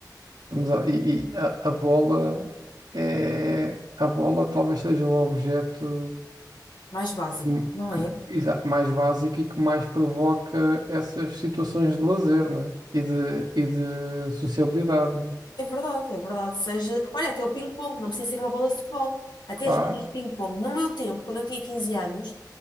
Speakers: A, on the right; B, on the left.
A: estamos a, e, e a, a bola é a bola talvez seja o objeto
B: mais básico,
A: que-
B: não
A: que-
B: é?
A: exa- mais básico e que mais provoca essas situações de lazer, né? E de, e de sociabilidade, né?
B: É verdade, é verdade. Seja, olha, até o ping-pong, não precisa ser uma bola de futebol. Até
A: Claro,
B: as mesas de ping-pong. No meu tempo, quando eu tinha 15 anos,